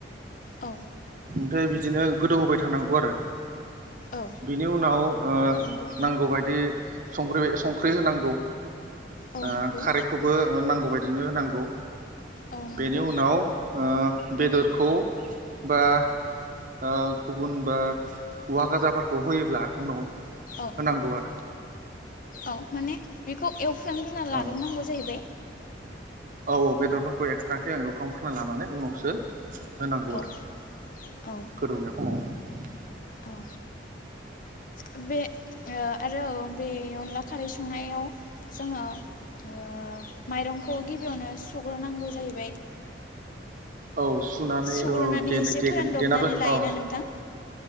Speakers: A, on the left; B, on the right.
A: औ
B: ओमफ्राय बिदिनो गोदौ होबाय थानांगौ आरो
A: औ
B: बिनि उनावओ
A: नंगौ
B: नांगौबायदि संख्रि संख्रि होनांगौ।
A: औ
B: ओ
A: नंगौ
B: खारैखौबो ओ नांगौबाय बिदिनो होनांगौ।
A: औ नंगौ
B: बेनि उनाव ओ बेदरखौ बा ओ गुबुन बा औवा गाजाफोरखौ होयोब्ला उनाव
A: औ
B: होनांगौ आरो।
A: औ माने बेखौ एव फ्रामग्रोना लाग्रोनांगौ
B: औ
A: जाहैबाय।
B: औ औ बेदरफोरखौ एक्सट्राके एवफ्रामग्रोना लानानै उनावसो होनांगौ
A: औ
B: आरो
A: औ
B: गोदौनाय खमाव।
A: औ बे बे ओ आरो बे अनला खारै संनायाव जोङो ओ माइरंखौ गिबियावनो सुग्रोनांगौ जाहैबाय।
B: औ सुनानै
A: सुग्रोनानै
B: औ दे-दे-देेनाबो
A: एसे फोरानदबनानै लायोना
B: अ
A: नोंथां